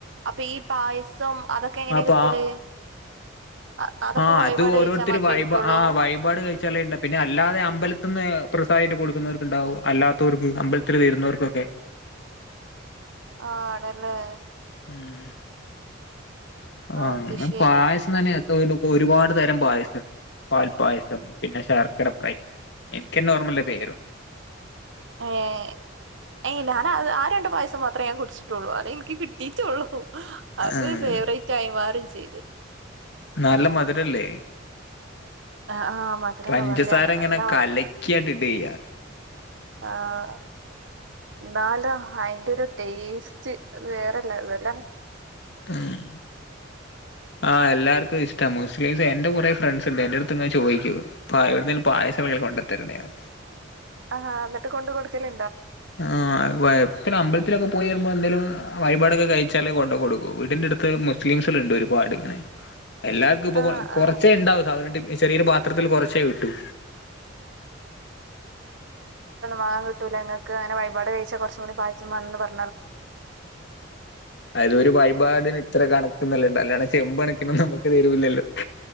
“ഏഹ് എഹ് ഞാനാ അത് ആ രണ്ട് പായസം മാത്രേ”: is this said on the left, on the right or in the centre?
Right